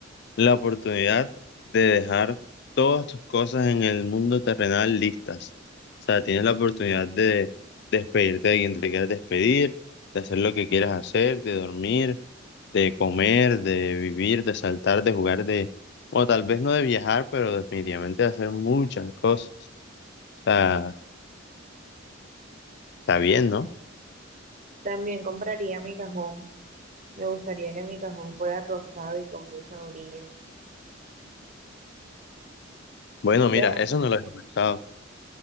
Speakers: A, on the left (about 60°); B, on the right (about 40°).
A: la oportunidad de dejar todas tus cosas en el mundo terrenal listas. O sea, tienes la oportunidad de despedirte de quien te quieras despedir, de hacer lo que quieras hacer, de dormir, de comer, de vivir, de saltar, de jugar, de... O tal vez no de viajar, pero definitivamente de hacer muchas cosas. O sea, está bien, ¿no?
B: También compraría mi cajón. Me gustaría que mi cajón fuera rosado y con mucho brillo.
A: Bueno, mira,
B: Deja-
A: eso no lo había pensado.